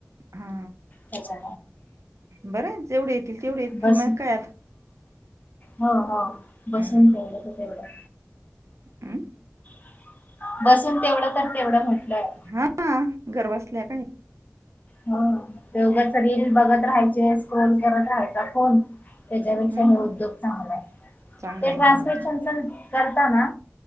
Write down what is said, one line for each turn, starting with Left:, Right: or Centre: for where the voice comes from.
Right: हा
Left: त्याच्या
Right: बरं आहे, जेवढे येतील तेवढे येतील
Left: बस
Right: मग काय आता
Left: हो हो बसून
Right: हम्म
Left: पलं तर तेवढं.
Right: हम्म.
Left: <inaudible> बसून तेवढं तर तेवढं म्हटलंय
Right: हा घर बसल्या काय
Left: हो ते उघंचच रील बघत राहायचे स्क्रोल करत राहायचा फोन त्याच्यापेक्षा
Right: हम्म
Left: हे उद्योग चांगला आहे
Right: चांगला
Left: ते
Right: आहे
Left: ट्रान्स्क्रिप्शन
Right: हा होता
Left: च करता ना?